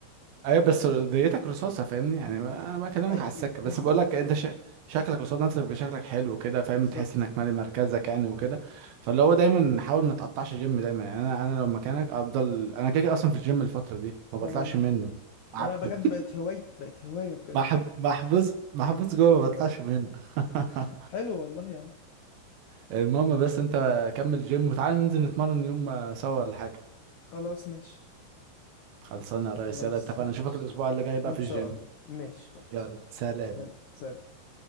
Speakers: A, on the right; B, on the left.
A: ايوه بس ديتك رصاصه فاهمني يعني انا بكلمك
B: اي
A: على السكه
B: م-
A: بس
B: بالظبط
A: بقول لك انت شا... شكلك قصاد نفسك بشكلك حلو كده فاهم
B: بالظبط
A: تحس انك مالي مركزك يعني وكده فاللي هو دايما حاول ما تقطعش جيم دايما يعني انا انا لو مكانك افضل انا كده كده اصلا في الجيم الفتره دي ما
B: تمام
A: بطلعش منه عب-
B: انا بجد
A: <laughs>
B: بقت هواية بقت هواية بجد
A: محب- محبوس محبوس جوه ما بطلعش منه <laughs>
B: <laughs> حلو والله يا عم
A: المهم بس انت كمل جيم وتعالى ننزل نتمرن يوم آه، سوا ولا حاجه
B: خلاص ماشي
A: خلصانه يا
B: خلاص
A: ريس يلا اتفقنا
B: ماشي
A: اشوفك الاسبوع اللي جاي بقى
B: ان
A: في الجيم
B: شاء الله ماشي خلاص
A: يلا سلام
B: سلام سلام